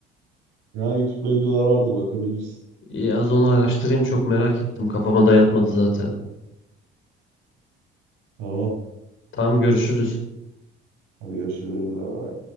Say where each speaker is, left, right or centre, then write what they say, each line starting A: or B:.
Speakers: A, on the right; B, on the left.
A: Ya YouTube'da videolar vardır bakabilirsin.
B: İyi, az onu araştırayım çok merak ettim. Kafama dayatmadı zaten.
A: Tamam.
B: Tamam görüşürüz.
A: Hadi görüşürüz. Bye.